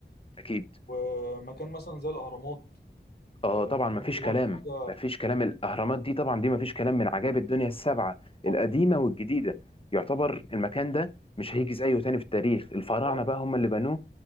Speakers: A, on the left (about 30°); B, on the left (about 60°).
A: اكيد
B: ومكان مثلا زي الأهرامات
A: اه
B: آه،
A: طبعا
B: الأهرامات
A: مفيش
B: دي
A: كلام
B: برضه حاجة
A: مفيش كلام الاهرامات دي طبعا دي مفيش كلام من عجائب الدنيا السبعه
B: طبعا
A: القديمه والجديده يعتبر
B: أكيد
A: المكان ده مش هيجي زيه تاني في التاريخ الفراعنه
B: طبعا
A: بقى هم اللي بنوه